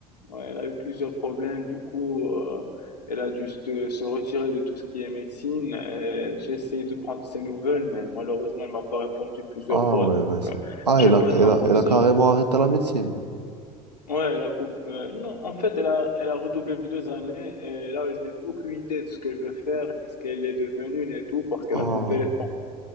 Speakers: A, on the left; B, on the right.
A: ouais, elle a eu plusieurs problèmes. Du coup, euh, elle a dû se se retirer de tout ce qui est médecine. Euh, J'ai essayé de prendre ses nouvelles, mais malheureusement, elle m'a pas répondu plusieurs
B: Ah,
A: fois.
B: ouais,
A: Donc,
B: ben c'est...
A: euh,
B: Ah,
A: je
B: elle
A: veux
B: a,
A: pas être
B: elle
A: un
B: a,
A: forceur.
B: elle a carrément arrêté la médecine.
A: Ouais, la coupe. euh, non, en fait, elle a, elle a redoublé deux années et là, je n'ai aucune idée de ce qu'elle veut faire, ni ce qu'elle est devenue, ni tout, parce qu'elle
B: Ah,
A: a coupé les ponts.